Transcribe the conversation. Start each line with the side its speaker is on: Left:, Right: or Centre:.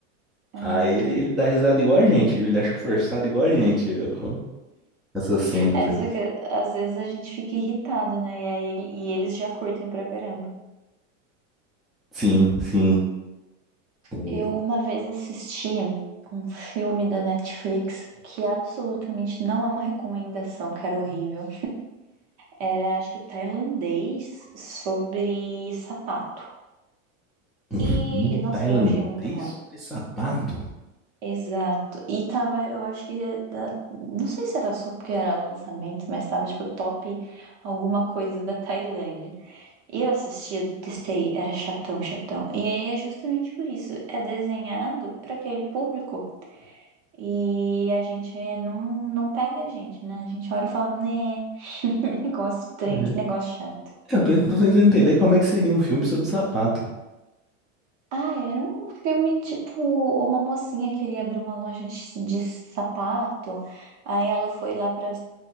Right: Ah.
Centre: Aí ele, ele dá risada igual a gente, ele acha forçado igual a gente, eu- essas cenas
Right: É
Centre: aí.
Right: só que às vezes a gente fica irritado, né? E, aí, ele- e eles já curtem pra caramba.
Centre: Sim, sim. O-
Right: Eu uma vez assisti um filme da Netflix que absolutamente não é uma recomendação, que era horrível. Era, acho que tailandês sobre sapato.
Centre: Um
Right: E,
Centre: filme
Right: nossa,
Centre: tailandês
Right: eu achei muito ruim.
Centre: sobre sapato?
Right: Exato. E tava, eu acho que, é da- não sei se era só porque era lançamento, mas tava tipo top alguma coisa da Tailândia. E eu assisti, eu detestei, era chatão, chatão. E aí é justamente por isso, é desenhado pra aquele público. E a gente não, não pega a gente, né? A gente olha e fala, né, <laughs> negócio, estranho,
Centre: É,
Right: que negócio chato.
Centre: Eu tô, tô tentando entender como é que seria um filme sobre sapato.
Right: Ah, era um filme tipo, uma mocinha queria abrir uma loja de, de sapato, aí ela foi lá para